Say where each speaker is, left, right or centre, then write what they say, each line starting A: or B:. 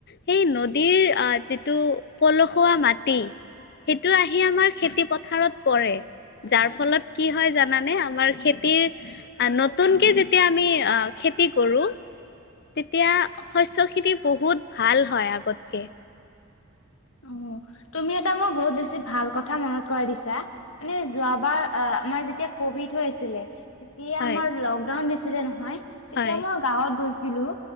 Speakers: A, on the left; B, on the left.
A: সেই নদীৰ আ, যিটো পলসুৱা মাটি সেইটো আহি আমাৰ খেতি পথাৰত পৰে। যাৰ ফলত কি হয় জানানে আমাৰ খেতিৰ, নতুনকৈ যেতিয়া আমি আ খেতি কৰোঁ, তেতিয়া শস্যখিনি বহুত ভাল হয় আগতকে।
B: অ তুমি এটা মোৰ বহুত বেছি ভাল কথা মনত কৰা দিছা। মানে যোৱাবাৰ আ আমাৰ যেতিয়া কভিড হৈ আছিলে। যেতিয়া
A: হয়
B: আমাৰ লকডাউন দিছিলে নহয় তেতিয়া
A: হয়
B: মই গাঁৱত গৈছিলো